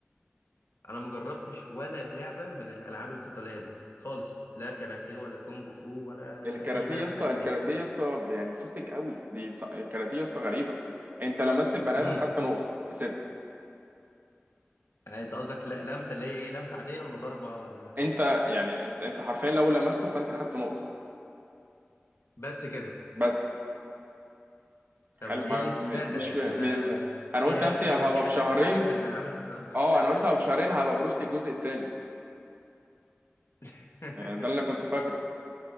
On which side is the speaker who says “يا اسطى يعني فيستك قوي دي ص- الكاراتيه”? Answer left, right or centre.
Right